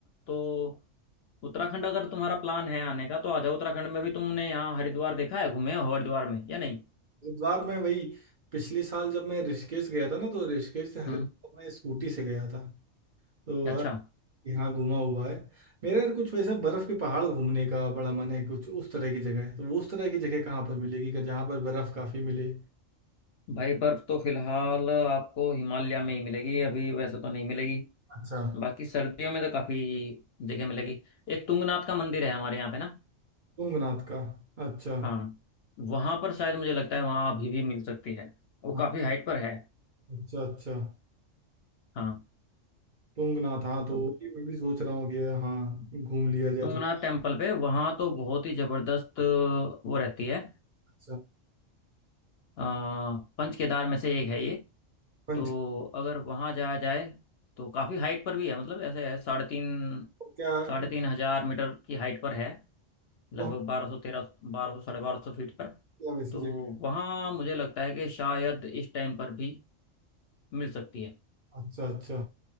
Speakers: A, on the left (about 60°); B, on the right (about 50°).
A: तो उत्तराखंड अगर तुम्हारा प्लान है आने का तो आ जाओ उत्तराखंड में भी तुमने यहाँ हरिद्वार देखा है घूमे हो हरिद्वार में या नहीं
B: हरिद्वार में वही पिछले साल जब मैं ऋषिकेश गया था ना तो ऋषिकेश से हरिद्वार
A: हम्म
B: में स्कूटी से गया था तो
A: अच्छा
B: अ, यहाँ घुमा हुआ है मेरा यार कुछ वैसा बर्फ के पहाड़ घूमने का बड़ा मन है कुछ उस तरह की जगह है तो वो उस तरह की जगह कहाँ पर मिलेगी कि जहाँ पर बर्फ काफी मिले
A: भाई बर्फ तो फिलहाल आपको हिमालय में ही मिलेगी अभी वैसे तो नहीं मिलेगी
B: अच्छा
A: बाकी सर्दियों में तो काफी जगह मिलेगी एक तुंगनाथ का मंदिर है हमारे यहाँ पे ना
B: तुंगनाथ का अच्छा
A: हाँ वहां पर शायद मुझे लगता है वहां अभी भी मिल सकती है वो
B: हाँ
A: काफी हाइट पर है
B: अच्छा अच्छा
A: हाँ
B: तुंगनाथ हाँ तो
A: तो
B: ये मैं भी सोच रहा हूँ कि हाँ घूम लिया जाए
A: तुंगनाथ
B: तो
A: टेम्पल पे वहाँ तो बहुत ही जबरदस्त वो रहती है
B: अच्छा
A: अ, पंच केदार में से एक है ये
B: पंच
A: तो अगर वहाँ जाया जाए तो काफ़ी हाइट पर भी है मतलब ऐसे है साढ़े तीन
B: क्या
A: साढ़े
B: तो
A: तीन हजार मीटर की हाइट पर है लगभग
B: हम
A: बारह सौ तेरह बारह सौ साढ़े बारह सौ फीट पर
B: क्या वैसी
A: तो
B: जगह
A: वहाँ मुझे लगता है कि शायद इस टाइम पर भी मिल सकती है
B: अच्छा अच्छा